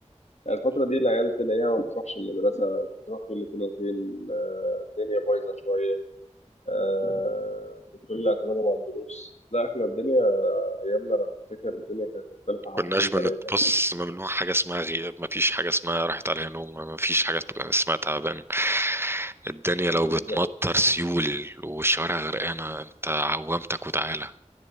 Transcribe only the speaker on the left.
يعني الفترة دي العيال تلاقيها ما بتروحش المدرسة بتروح كل فين وفين آه، الدنيا بايظة شوية آه، كل اعتمادهم على الدروس لا إحنا الدنيا أيامنا أنا بفتكر الدنيا كانت مختلفة حبتين
تلاتة
بالظ-